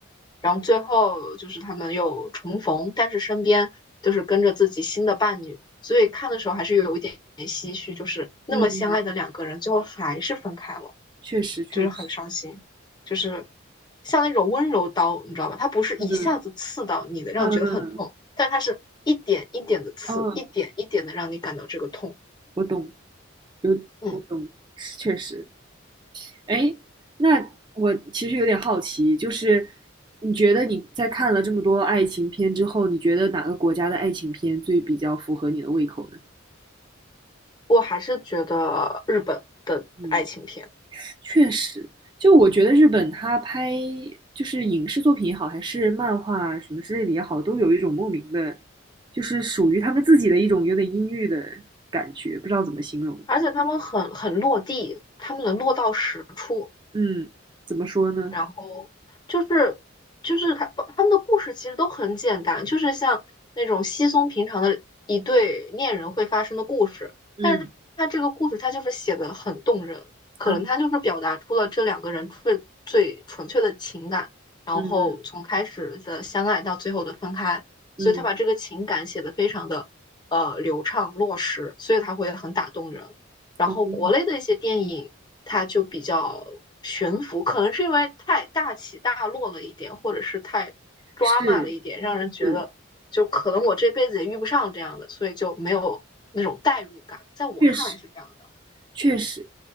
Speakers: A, on the left; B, on the right.
A: 然后最后就是他们又重逢，但是身边就是跟着自己新的伴侣，所以看的时候还是有一点唏嘘，就是那么相爱的两个人，
B: 嗯，嗯
A: 最后还是分开了。
B: 确实确实，
A: 就是很伤心，就是像那种温柔刀，你知道吧？它不是一下子刺到你的，
B: 嗯
A: 让你觉得很痛，
B: 嗯
A: 但它是一点一点的刺，
B: 嗯，
A: 一点一点的让你感到这个痛。
B: 我懂。有我懂，
A: 嗯，
B: 确实。哎，那我其实有点好奇，就是你觉得你在看了这么多爱情片之后，你觉得哪个国家的爱情片最比较符合你的胃口呢？
A: 我还是觉得日本的爱情片，
B: 嗯，确实，就我觉得日本它拍就是影视作品也好，还是漫画啊什么之类的也好，都有一种莫名的，就是属于他们自己的一种有点阴郁的感觉，不知道怎么形容。
A: 而且他们很很落地，他们能落到实处。
B: 嗯，怎么说呢？
A: 然后就是就是他他们的故事其实都很简单，就是像那种稀松平常的一对恋人会发生的故事，
B: 嗯
A: 但是他这个故事他就是写的很动人，可能他就是表达出了这两个人最最纯粹的情感，
B: 啊，
A: 然后从开始的相爱到最后的分开，
B: 嗯嗯，
A: 所以他把这个情感写的非常的呃流畅落实，
B: 嗯
A: 所以他会很打动人。然后国内的一些电影，
B: 哦。
A: 它就比较悬浮，可能是因为太大起大落了一点，或者是太抓马了一点，
B: 是
A: 让人觉得就可能我这辈子也遇不上这样的，
B: 是，
A: 所以就没有那种代入感。在我看来是这样的。
B: 确实确实。